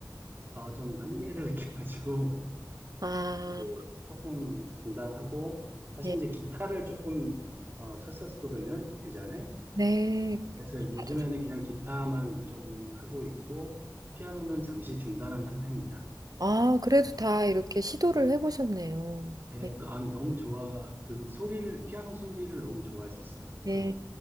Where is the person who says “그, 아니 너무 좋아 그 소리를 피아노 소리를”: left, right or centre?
Right